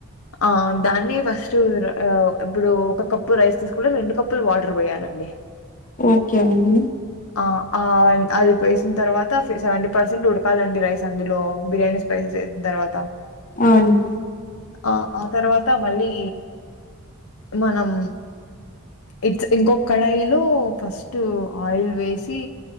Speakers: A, on the left; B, on the left.
A: ఆ దాన్ని ఫస్ట్ ఇప్పుడు ఒక కప్పు రైస్ తీసుకుంటే రెండు కప్పులు వాటర్ పోయ్యాలి అండి
B: ఓకే అండి
A: ఆ ఆ అది పోసిన తర్వాత సెవె పర్సెంట్ ఉడకాలండి రైస్ అందులో బిర్యానీ స్పైసెస్ వేసిన తర్వాత
B: అవునండి
A: ఆ ఆ తర్వాత మళ్ళీ మనం ఇట్స్ ఇంకొక్కడాయిలో ఫస్ట్ ఆయిల్ వేసి